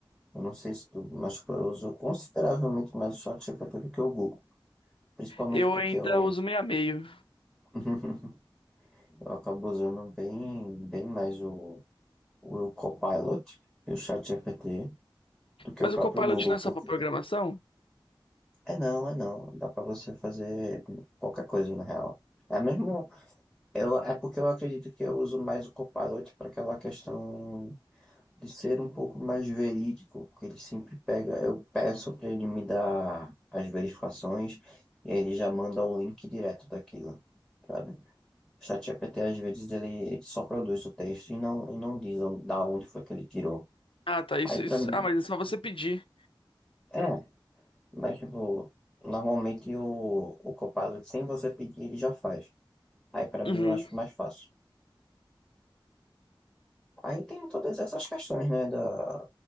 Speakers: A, in the centre; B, on the left.
A: Eu não sei se tu, mas tipo, eu uso consideravelmente mais o ChatGPT do que o Google. Principalmente
B: Eu
A: porque
B: ainda
A: eu,
B: uso meio a meio.
A: <laughs> eu acabo usando bem, bem mais o, o Copilot e o ChatGPT do que
B: Mas
A: o próprio
B: o Copilot
A: Google.
B: não
A: Porque
B: é só pra programação?
A: é não, é não. Dá pra você fazer qualquer coisa, na real. É mesmo. Eu, é porque eu acredito que eu uso mais o Copilot para aquela questão de ser um pouco mais verídico, porque ele sempre pega, eu peço para ele me dar as verificações e aí ele já manda o link direto daquilo, sabe? O ChatGPT às vezes ele, ele só produz o texto e não, e não diz on- da onde foi que ele tirou.
B: Ah, tá. Isso,
A: Aí
B: isso.
A: para mim,
B: Ah, mas é só você pedir.
A: é, mas tipo, normalmente o, o Copilot, sem você pedir, ele já faz. Aí para mim
B: Uhum.
A: eu acho mais fácil. Aí tem todas essas questões, né, da,